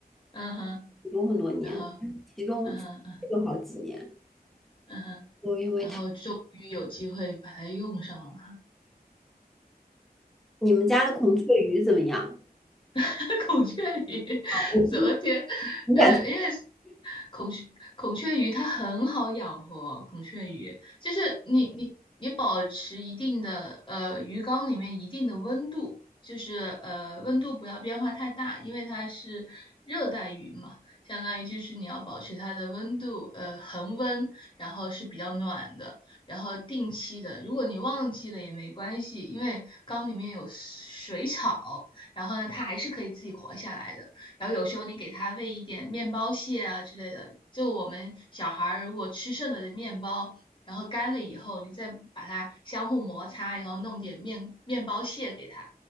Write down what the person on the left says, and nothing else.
嗯哼，
然后
嗯哼嗯哼
嗯哼，
然后终于有机会把它用上了。
<laughs> 孔雀鱼，
昨天，
嗯，因为孔雀孔雀鱼它很好养活，孔雀鱼就是你你你保持一定的呃鱼缸里面一定的温度，就是呃温度不要变化太大，因为它是热带鱼嘛，相当于就是你要保持它的温度呃恒温，然后是比较暖的，然后定期的，如果你忘记了也没关系，因为缸里面有水草。然后呢，它还是可以自己活下来的。然后有时候你给它喂一点面包屑啊之类的，就我们小孩儿如果吃剩了的面包，然后干了以后，你再把它相互摩擦，然后弄点面面包屑给它，